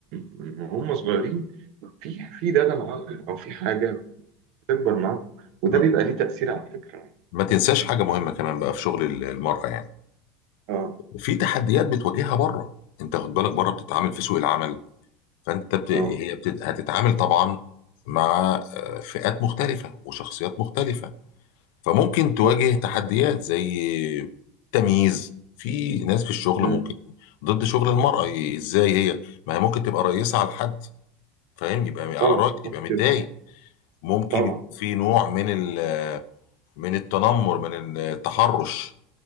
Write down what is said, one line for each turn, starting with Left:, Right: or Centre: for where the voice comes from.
Right: من هم صغيرين في في داده معاهم أو في حاجة بتكبر معاهم وده
Left: م-
Right: بيبقى ليه تأثير على فكرة
Left: ما تنساش حاجه مهمه كمان بقى في شغل ال- المراه يعني
Right: أه
Left: في تحديات بتواجهها بره انت خد بالك بره بتتعامل في سوق العمل فانت بت... هي
Right: اه
Left: بت... هتتعامل طبعا مع آه، فئات مختلفه وشخصيات مختلفه فممكن تواجه
Right: بالظبط
Left: تحديات زي تمييز في ناس في الشغل
Right: مم.
Left: ممكن ضد شغل المرأة ازاي هي ما هي ممكن تبقى رئيسة على حد فاهم يبقى على
Right: طبعا
Left: رأي
Right: بالظبط
Left: يبقى متضايق
Right: كده
Left: ممكن
Right: طبعا
Left: يكون في نوع من ال- من التنمر من التحرش